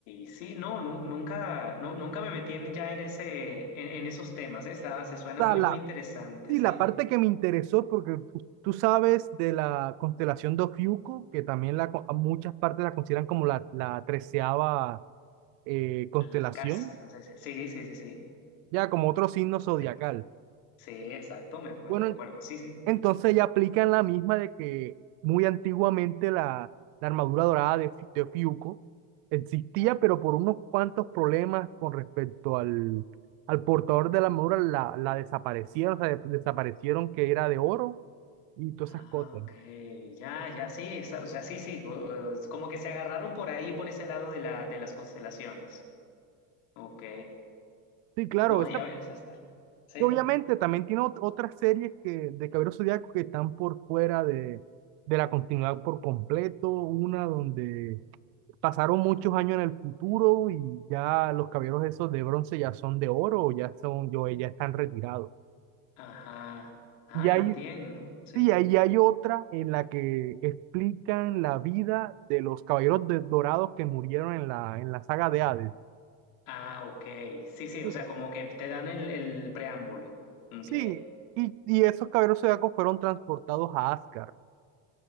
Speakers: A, on the left; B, on the right.
A: Sí, no, nu- nunca, nu- nunca me metí en- ya en ese, en, en esos temas. ¿eh? Está- se suena
B: O
A: muy,
B: sea, la,
A: muy interesante,
B: sí,
A: ¿sí?
B: la parte que me interesó, porque tú, tú sabes de la constelación de Ofiuco, que también la, co- a muchas partes la consideran como la, la treceava eh, constelación,
A: El casa, no sé si- Sí, sí, sí, sí.
B: ya como otro signo zodiacal.
A: Correcto. Sí, exacto, me, me
B: Bueno,
A: me acuerdo. Sí, sí.
B: Entonces ya aplican la misma de que muy antiguamente la, la armadura dorada de, Fi- de Fiuco existía, pero por unos cuantos problemas con respecto al, al portador de la armadura la, la desaparecieron, o sea, de- desaparecieron que era de oro y todas
A: Ah,
B: esas cosas.
A: ok, ya, ya, sí, esa- o sea, sí, sí, o- o- como que se agarraron por ahí, por ese lado de la, de las constelaciones. Ok,
B: Sí, claro,
A: no,
B: esa-
A: y a ver, o sea, está. Sí,
B: y obviamente también tiene ot- otras series que, de Caballeros Zodiaco que están por fuera de, de la continuidad por completo, una donde pasaron muchos años en el futuro y ya los caballeros esos de bronce ya son de oro o ya son, yo, ya están retirados.
A: ajá, ah,
B: Y hay,
A: entiendo, sí.
B: sí, ahí hay otra en la que explican la vida de los caballeros de- dorados que murieron en la, en la saga de Hades.
A: Ah, ok, sí, sí,
B: Y-
A: o sea, como que te dan el, el preámbulo. Ok,
B: Sí, y, y esos caballeros zodiacos fueron transportados a Asgard.